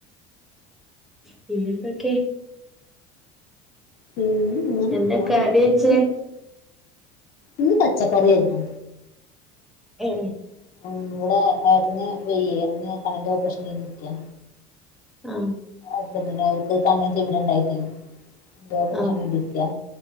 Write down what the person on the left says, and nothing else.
പിന്നെ ഇങ്ങനെ
പോണ്ട്
ഇന്ന് പച്ചക്കറിയായിരുന്നു
ഉ ഇവിടെ ഏട്ടന്ന് വ്യയ്യ ഏട്ടന് കണ്ണിന്റെ ഓപ്പറേഷൻ കൈഞ്ഞിരിക്ക
ഹബറി അവർക്ക് കണ്ണും ചിമ്മരണ്ടായി എന്തോ ഓപ്പറേഷൻ
കൈഞ്ഞിരിക്ക